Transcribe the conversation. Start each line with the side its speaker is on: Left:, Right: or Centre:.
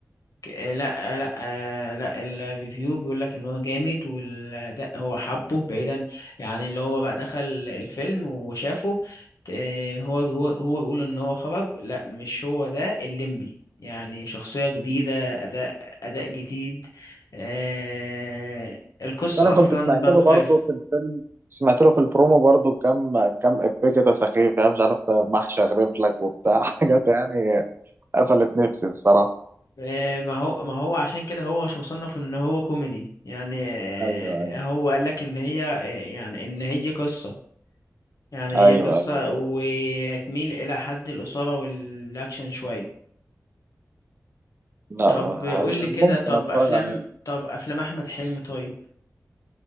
Left: ك- آه، لا آه، لا آه، لا الريفيو بيقول لك ان هو جامد والاداء هو حبه بعيدا يعني اللي هو بقى دخل الفيلم وشافه ت- آه، هو هو هو بيقول ان هو خرج لا مش هو ده الليمبي يعني شخصية جديدة اداء اداء جديد آه، القصة
Right: انا
Left: اصلا
Right: كنت سمعت
Left: بقى
Right: له
Left: مختلفة
Right: برضه في الفيلم سمعت له في البرومو برضه كام كام افيه كده سخيف يعني مش عارف ده محشي اغرف لك وبتاع <laughs> حاجات يعني قفلت نفسي الصراحه
Left: آه، ما هو ما هو عشان كده هو مش مصنف ان هو كوميدي يعني
Right: ايوه
Left: آه، هو قال لك ان هي آه، يعني ان هي قصة يعني هي
Right: ايوه
Left: قصة
Right: ايوه
Left: وتميل إلى حد الإثارة والأكشن شوية
Right: لا
Left: طب
Right: ما-
Left: قول
Right: مش
Left: لي
Right: ممكن
Left: كده طب
Right: اتفرج
Left: أفلام
Right: عليه
Left: طب أفلام أحمد حلمي طيب